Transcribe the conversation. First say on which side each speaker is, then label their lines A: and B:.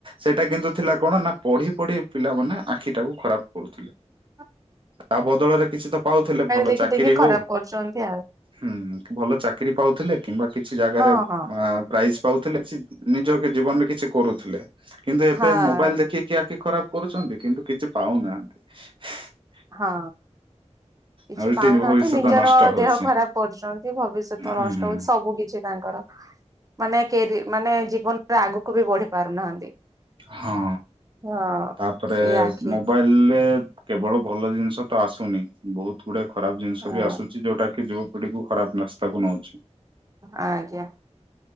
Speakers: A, on the right; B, on the right.
A: ସେଇଟା କିନ୍ତୁ ଥିଲା କଣ ନା ପଢି ପଢି ପିଲାମାନେ ଆଖି ଟାକୁ ଖରାପ କରୁଥିଲେ।
B: ହ <unintelligible>
A: ତା ବଦଳରେ କିଛି ତ ପାଉଥିଲେ ଭଲ
B: ଦେଖି
A: ଚାକିରି
B: ଦେଖି ଖରାପ
A: ହଉ
B: କରୁଛନ୍ତି ଆଉ
A: ହୁଁ ଭଲ ଚାକିରି ପାଉଥିଲେ କିମ୍ବା କିଛି ଜାଗାରେ
B: ହଁ ହଁ
A: ଆ ପ୍ରାଇଜ ପାଉଥିଲେ କି ନିଜ ଜୀବନରେ କିଛି କରୁଥିଲେ କିନ୍ତୁ ଏବେ
B: ହଁ।
A: ମୋବାଇଲ ଦେଖିକି ଆଖୀ ଖରାପ କରୁଛନ୍ତି କିନ୍ତୁ କିଛି ପାଉନାହାନ୍ତି
B: ହଁ କିଛି
A: ଆଉ
B: ପାଉନାହାନ୍ତି
A: ଭବିଷ୍ୟତ
B: ନିଜର
A: ନଷ୍ଟ ହଉଛି
B: ଦେହ ଖରାପ କରୁଛନ୍ତି। ସେ ଭବିଷ୍ୟତ
A: ହୁଁ
B: ନଷ୍ଟ ହଉଛି ସବୁ କିଛି ତାଙ୍କର ମାନେ କେ ରେ ମାନେ ଜୀବନରେ ଆଗକୁ ବି ବଢି ପାରୁନାହାନ୍ତି।
A: ହଁ
B: ହଁ।
A: ତାପରେ
B: ସେଇ ଆଖି
A: ମୋବାଇଲେ କେବଳ ଭଲ ଜିନିଷ ତ ଆସୁନି ବହୁତ ଗୁଡା ଖରାପ ଜିନିଷ
B: ହଁ
A: ବି ଆସୁଛି ଯୋଉଟା କି ଯୋଉ ଗଟିକୁ ଖରାପ ରାସ୍ତାକୁ ନଉଛି
B: ଆଜ୍ଞା